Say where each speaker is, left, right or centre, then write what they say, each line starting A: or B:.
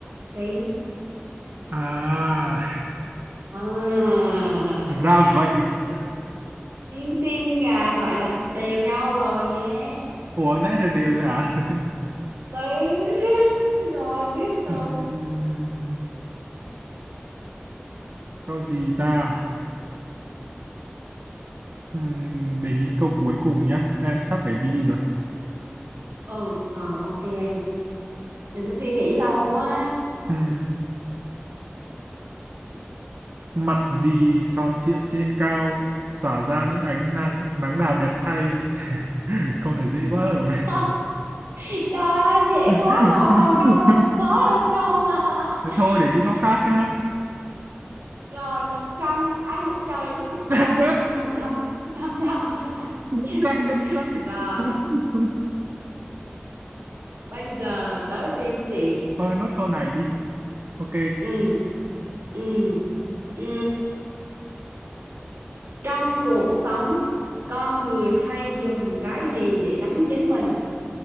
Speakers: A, on the right; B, on the right.
A: Tí
B: à
A: à <laughs>
B: <laughs> ra vậy
A: rồi Tiên Tiên à vậy là đều nhau rồi nhé
B: ủa nãy giờ đều rồi hả <laughs>
A: Tí <laughs> rồi tiếp tục
B: Ừm, câu gì ta? Ừm, để nghĩ câu cuối cùng nhá. Em sắp phải đi rồi.
A: ừ rồi ok em đừng có suy nghĩ lâu quá
B: Ừm, mặt gì tròn trịa trên cao, tỏa ra những ánh nắng, nắng đào đẹp thay. <laughs> Câu này dễ quá rồi.
A: <laughs> trời ơi dễ
B: <laughs>
A: quá rồi còn câu nào khó hơn không
B: Thế thôi,
A: <laughs>
B: để nghĩ câu khác nhá.
A: rồi mặt trăng ai mặt trời chứ mặt
B: <laughs>
A: trời <laughs> nhầm nhầm nhầm nhầm
B: Vẫn
A: <laughs>
B: sai, vẫn sai.
A: rồi
B: <laughs>
A: bây giờ tới phiên chị
B: Thôi, nốt câu này đi. Ok,
A: ừ ừ ừ trong cuộc sống con người hay dùng cái gì để đánh chính mình